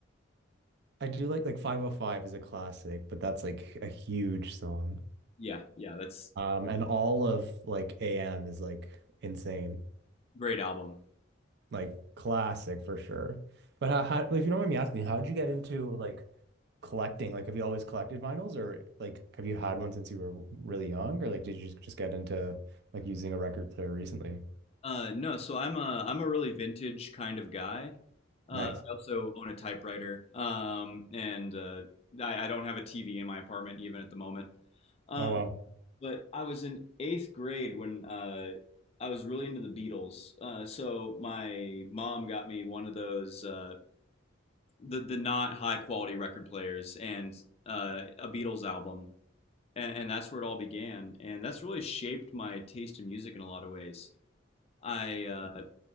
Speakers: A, on the right; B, on the left.
A: I do like like 505 is a classic, but that's like a huge song.
B: Yeah, yeah, that's
A: Um, and all of like AM is like insane,
B: great album.
A: like classic for sure. But how, how if you don't mind me asking, how did you get into like collecting? Like, have you always collected vinyls, or like have you had one since you were really young, or like did you just get into like using a record player recently?
B: Uh, no, so I'm a I'm a really vintage kind of guy. Uh,
A: Nice.
B: I also own a typewriter, um, and uh, I, I don't have a TV in my apartment even at the moment. Uh,
A: Oh wow.
B: but I was in eighth grade when uh, I was really into the Beatles. Uh, so my mom got me one of those uh, the the not high quality record players and uh, a Beatles album, and, and that's where it all began. And that's really shaped my taste in music in a lot of ways. I uh,